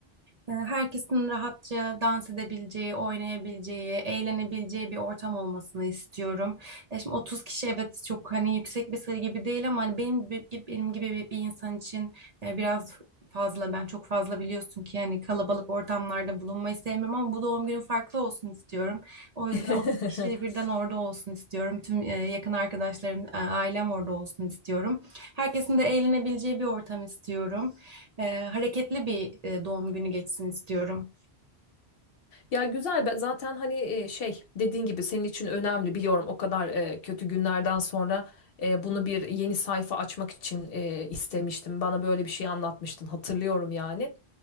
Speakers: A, on the right; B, on the left.
A: E, Herkesin rahatça dans edebileceği, oynayabileceği, eğlenebileceği bir ortam olmasını istiyorum. E, şimdi 30 kişi evet çok hani yüksek bir sayı gibi değil ama hani benim gibi, benim gibi bir bir insan için e, biraz fazla. Ben çok fazla biliyorsun ki yani kalabalık ortamlarda bulunmayı sevmiyorum ama bu doğum günüm farklı olsun istiyorum. O yüzden
B: <laughs>
A: 30 kişi birden orada olsun istiyorum. Tüm e, yakın arkadaşlarım, e, ailem orada olsun istiyorum. Herkesin de eğlenebileceği bir ortam istiyorum e, hareketli bir e, doğum günü geçsin istiyorum.
B: Ya güzel be- zaten hani e, şey dediğin gibi senin için önemli biliyorum o kadar e, kötü günlerden sonra e, bunu bir yeni sayfa açmak için e, istemiştim. Bana böyle bir şey anlatmıştın hatırlıyorum yani.